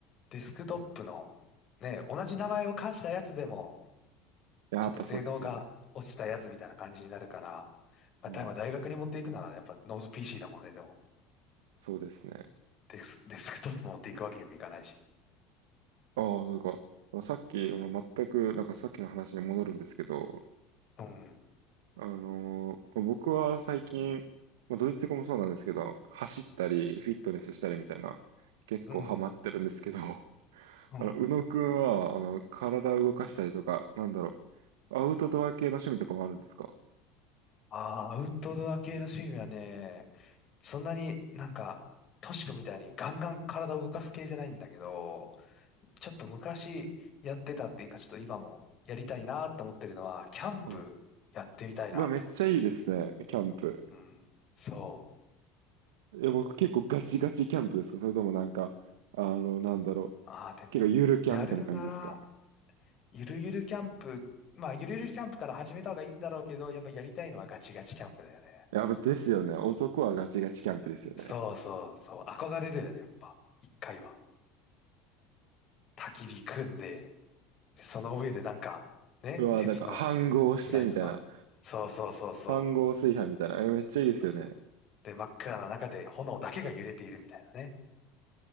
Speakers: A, on the left; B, on the right.
A: デスクトップのね、同じ名前を冠したやつでも
B: いや、
A: ちょっと性能が落ちたやつみたいな感じになるから、
B: やっぱそうですよね。
A: まあ、
B: うん、
A: だまあ大学に持っていくならやっぱノート PC だもんね、でも。
B: そうですね。
A: デス、デスクトップ持っていくわけにもいかないし。
B: ああ、なんか、あのさっき、あの全く、なんかさっきの話に戻るんですけど、
A: うん。
B: あのー僕は最近、まあドイツ語もそうなんですけど、走ったり、フィットネスしたりみたいな、結構ハマってるんですけど、
A: うん。
B: <laughs> あ
A: うん。
B: の、
A: うん
B: 宇野くんは、あの、体を動かしたりとか、なんだろう、アウトドア系の趣味とかもあるんですか
A: ああ、アウトドア系の趣味はね、そんなになんか、トシ君みたいにガンガン体を動かす系じゃないんだけど、ちょっと昔やってたっていうか、ちょっと今もやりたいなと思ってるのは、キャンプやってみたいなと思って。
B: はい。うわ、めっちゃいいですね、キャンプ。
A: うん。そう。
B: いや僕結構ガチガチキャンプですかそれともなんか、あの、なんだろう、
A: ああ、でも、
B: 結構ゆるキャンみたいな感じですか
A: やるなら、ゆるゆるキャンプ、まあ、ゆるゆるキャンプから始めた方がいいんだろうけど、やっぱやりたいのはガチガチキャンプだよね。
B: やっぱですよね。男はガチガチキャンプですよね。
A: そうそうそう。憧れるよね、やっぱ。一回は。焚き火組んで、でその上でなんか、ね、
B: うわ、
A: 鉄の
B: なんか、飯合してみたいな。
A: フライパン。そうそうそうそ
B: 飯合炊飯みたいな。えめっちゃいいですよね。
A: う。そうそうで、真っ暗な中で炎だけが揺れているみたいなね。